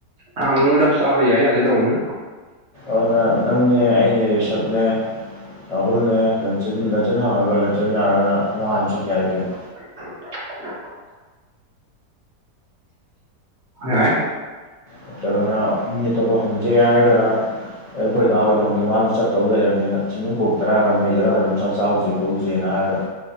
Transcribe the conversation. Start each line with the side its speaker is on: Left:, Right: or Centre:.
Right: ꯍꯪꯎꯅꯨꯘ ꯆꯥꯕ ꯌꯥꯏ ꯌꯥꯘꯦ ꯇꯧꯕꯅꯤꯅ
Left: ꯑꯗꯨꯅ ꯅꯪꯅꯦ ꯑꯩꯅꯦ ꯔꯤꯁꯞꯅꯦ ꯔꯥꯍꯨꯜꯅꯦ ꯂꯟꯆꯟ-ꯂꯟꯆꯟ ꯍꯧꯔꯒ ꯑꯗꯨꯝ ꯌꯥꯔꯒꯅ ꯑꯩꯈꯣꯢ ꯃꯃꯥꯡ ꯑꯗꯨ ꯆꯠꯈꯤ ꯌꯥꯔꯦ ꯀꯩꯅꯣ
Right: <inaudible> ꯍꯣꯢ ꯌꯥꯏ
Left: ꯅꯠꯇ꯭ꯔꯒꯅ ꯃꯤ ꯑꯇꯣꯞꯄ ꯐꯪꯖꯦ ꯍꯥꯏꯔꯒꯅ ꯑꯩꯈꯣꯏ ꯗꯥ ꯍꯣꯏꯍꯪꯒꯦ ꯃꯥꯁꯨ ꯆꯠꯄ ꯇꯧ ꯂꯩꯔꯕꯅꯤꯅ ꯆꯤꯡꯅꯨꯡ ꯀꯣꯛ ꯇꯔꯥ ꯔꯃꯩꯗꯔ ꯀꯩꯅꯣꯝ ꯆꯥꯛ ꯆꯥꯎꯁꯦ ꯈꯣꯠꯂꯨꯁꯦꯅ ꯍꯥꯏꯔꯒ